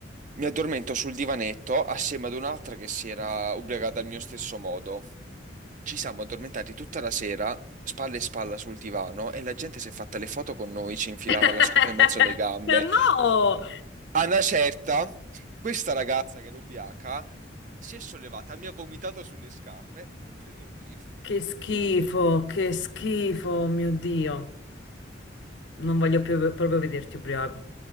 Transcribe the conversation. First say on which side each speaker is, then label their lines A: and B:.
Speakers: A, on the right; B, on the left.
A: Mi addormento sul divanetto assieme ad un'altra che si era ubriacata al mio stesso modo. Ci siamo addormentati tutta la sera, spalle e spalla sul divano, e la gente si è fatta le foto con noi, ci infilava
B: <laughs>
A: la scopa in mezzo alle gambe,
B: No!
A: a una certa, questa ragazza che era ubriaca si è sollevata, mi ha vomitato sulle scarpe mentre dormivo.
B: Che schifo, che schifo, mio Dio. Non voglio più proprio vederti ubriaco.